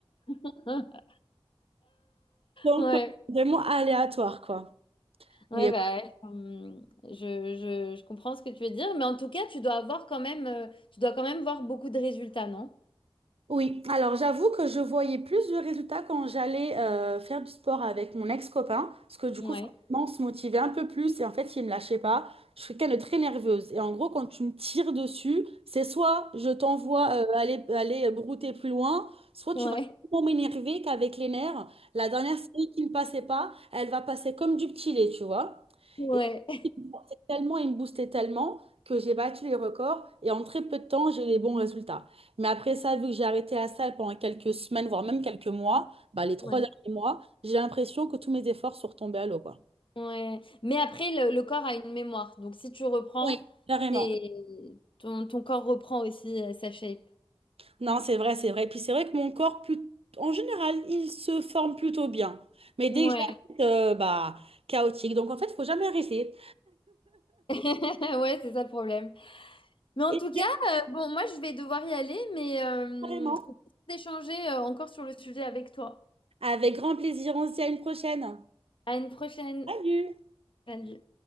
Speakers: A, on the left; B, on the right.
A: <laughs>
B: Donc,
A: Ouais,
B: ouais, vraiment aléatoire, quoi.
A: Ouais,
B: Mais
A: bah, ouais, hum, je, je, je comprends ce que tu veux dire, mais en tout cas, tu dois avoir quand même, euh, tu dois quand même voir beaucoup de résultats, non?
B: Oui, alors j'avoue que je voyais plus de résultats quand j'allais euh, faire du sport avec mon ex-copain, parce que du
A: Ouais,
B: coup, forcément, on se motivait un peu plus et en fait, il me lâchait pas. Je suis quelqu'un de très nerveuse et en gros, quand tu me tires dessus, c'est soit je t'envoie euh, aller, aller brouter plus loin, soit
A: ouais,
B: tu vas tellement m'énerver qu'avec les nerfs, la dernière série qui ne passait pas, elle va passer comme du petit lait, tu vois.
A: <laughs> ouais,
B: Et il me forçait tellement, il me boostait tellement que j'ai battu les records et en très peu de temps, j'ai les bons résultats. Mais après ça, vu que j'ai arrêté la salle pendant quelques semaines, voire même quelques mois, bah, les trois
A: ouais,
B: derniers mois, j'ai l'impression que tous mes efforts sont retombés à l'eau, quoi.
A: ouais. Mais après, le, le corps a une mémoire, donc si tu reprends,
B: Oui. Carrément.
A: t'es- ton, ton corps reprend aussi euh, sa shape.
B: Non, c'est vrai, c'est vrai. Puis c'est vrai que mon corps, plus... en général, il se forme plutôt bien. Mais
A: Ouais,
B: dès que j'arrête, euh, bah, chaotique. Donc en fait, il faut jamais arrêter.
A: <laughs> ouais, c'est ça le problème. Mais en
B: Et
A: tout cas, euh, bon, moi, je vais devoir y aller, mais euh,
B: carrément,
A: on peut échanger euh, encore sur le sujet avec toi.
B: avec grand plaisir, on se dit à une prochaine.
A: À une prochaine.
B: Salut!
A: Salut.